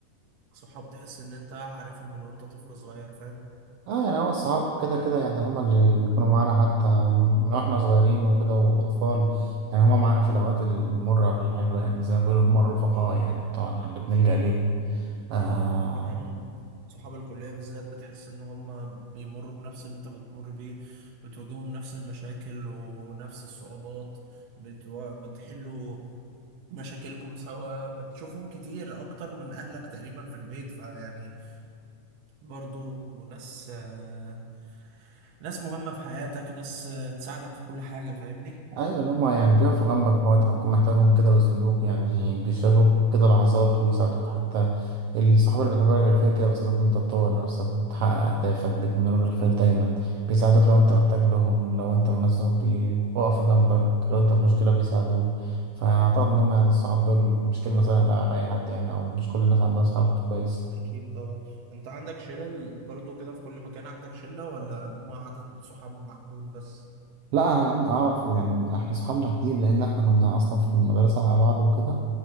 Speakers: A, on the right; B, on the right.
A: صحاب تحس ان انت عارفهم من وانت طفل صغير فاهم
B: اه يعني هو الصحاب كده كده يعني هما اللي بيكونوا معانا حتى من واحنا صغيرين وكده واطفال يعني هما معانا في الاوقات المرة قبل الحلوة يعني زي ما بيقولوا هما الرفقاء
A: أكيد
B: يعني بتوعنا اللي بنلجأ
A: أكيد
B: ليه آه
A: وكمان صحاب الكلية بالذات بتحس إن هم بيمروا بنفس اللي أنت بتمر بيه بتواجههم نفس المشاكل ونفس الصعوبات بتوا... بتحلوا مشاكلكم سوا بتشوفهم كتير أكتر من أهلك تقريبا في البيت فيعني برضو ناس آه، ناس مهمة في حياتك ناس آه، تساعدك في كل حاجة فاهمني؟
B: ايوه اللي هما يعني بيقفوا جنبك في وقت ما تكون محتاجهم كده ويسندوك يعني بيشاركوك كده لحظات ويساعدوك حتى الصحاب اللي بتحبها غير فيك كده بيساعدوك إن انت تطور نفسك وتحقق اهدافك بيتمنى لك الخير دايما بيساعدوك لو انت محتاج لهم لو انت مزنوق بيقفوا جنبك
A: <laughs> مم.
B: لو انت في مشكلة بيساعدوك فاعتقد ان هما يعني الصحاب دول مش كلمة سهلة على اي حد يعني او مش كل الناس عندها صحاب كويس
A: أكيد طبعا أنت عندك شلة برضو كده في كل مكان عندك شلة ولا هم عدد صحاب محدود بس؟
B: لا انا عن- اعرف يعني احنا صحابنا كتير لان احنا كنا اصلا في المدرسه مع بعض وكده